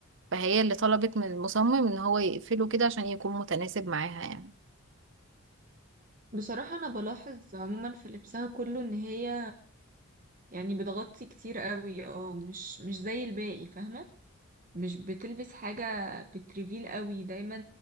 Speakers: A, on the right (about 55°); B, on the right (about 35°).
A: فهي اللي طلبت من المصمم ان هو يقفله كده عشان يكون متناسب معاها يعني
B: بصراحة أنا بلاحظ عموما في لبسها كله إن هي يعني بتغطي كتير قوي اه مش مش زي الباقي فاهمة مش بتلبس حاجة بتريفيل قوي دايما